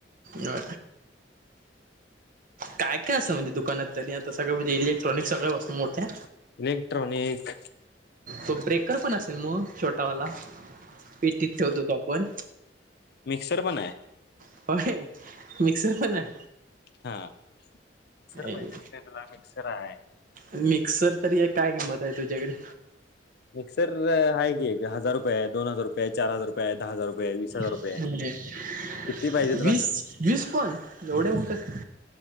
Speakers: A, on the right; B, on the left.
A: या. काय काय असं म्हणजे दुकानात तरी, आता सगळं म्हणजे इलेक्ट्रॉनिक सगळ्या वस्तू मोठ्या.
B: इलेक्ट्रॉनिक
A: तो ब्रेकरपण असेल मग छोटावाला. पेटीत ठेवतो तो आपण.
B: मिक्सरपण हाय.
A: होय मिक्सर पण हाय.
B: हा मिक्सर
A: ए,
B: पाहिजे असले तुला मिक्सर हाय.
A: मिक्सर तरी एक काय किंमत आहे तुझ्याकडे?
B: मिक्सर आहे की हजार रुपये दोन हजार रुपये चार हज रुपये दहा हजार रुपये वीस हजार
A: <unintelligible>
B: रुपये आहे. किती पाहिजे तुला
A: वीस
B: सांग
A: वीस कॉल एवढे होतात?